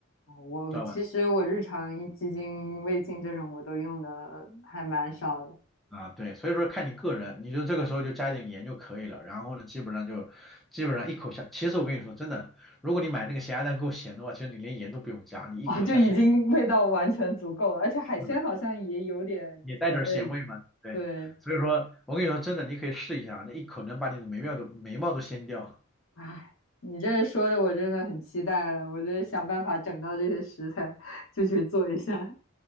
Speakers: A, on the left; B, in the centre.
A: 哦我我其实我日常一鸡精、
B: 知道吗？
A: 味精这种我都用的还蛮少的。
B: 啊，对，所以说看你个人，你就这个时候就加点盐就可以了。然后呢，基本上就基本上一口下，其实我跟你说真的，如果你买那个咸鸭蛋够咸的话，其实你连盐都不用加，你一口下去，
A: 哦，就已经味道完全足够了，而且海鲜好像也有点咸味，
B: 是的，也带点咸味嘛。对，
A: 对。
B: 所以说我跟你说真的，你可以试一下，那一口能把你的眉毛都眉毛都掀掉，
A: 哎，你这说的我真的很期待了，我就想办法整到这些食材，就去做一下。